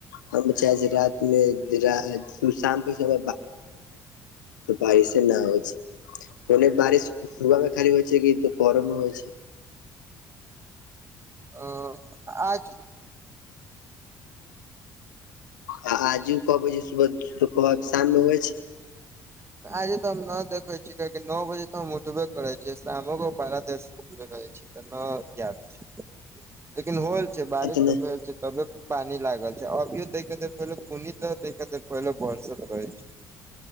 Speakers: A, on the left (about 80°); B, on the right (about 25°).
A: हम चाहैय छियै, रात मे <unintelligible> तऽ बारिसे न होइ छै बोले बारिश सुबह मे खाली होइ छैइ, कि दुपहरो मे होइ छैइ।
B: आ आजू।
A: आ आजु कह बज सुबह कह शाममे होइ छै <unintelligible>
B: आजे तऽ हम नओ देखैय छी कियाकि नओ बजे तऽ हम उठबे करैय छियै शामो गो पारा दस तु त कहैय छही नओ <unintelligible> लेकिन होल बारिश
A: एतने
B: सब भेल छैय तबे त पानी लागल छैय अभियो तैके देर पहिले खुनयो त पहिले बरसैत रहैय छैय।